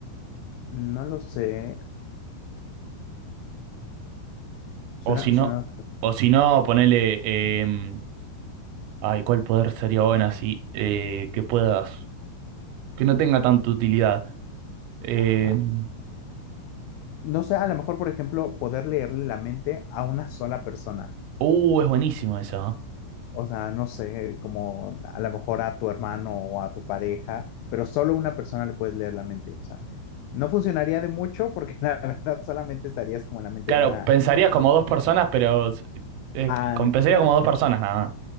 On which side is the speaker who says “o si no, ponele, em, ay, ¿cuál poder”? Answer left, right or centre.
Right